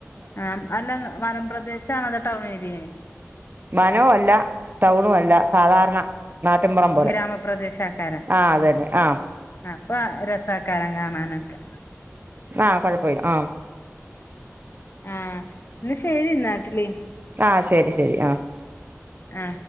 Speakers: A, on the left; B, on the right.
A: ആ അല്ല മലംപ്രദേശാണ അതോ ടൗൺ ഏരിയെ
B: ന അല്ല ടൗണും അല്ല സാധാരണ നാട്ടിപുറം പോലെ
A: ഗ്രാമപ്രദേശക്കാരം
B: ആ അത തന്നെ ആ
A: ഇപ്പ രസക്കാരം കാണാനൊക്കെ
B: ആ കൊഴപ്പമില്ല ആ
A: ആ എന്ന ശരി നാട്ടില്
B: ആ ശരി ശരി ആ
A: ആ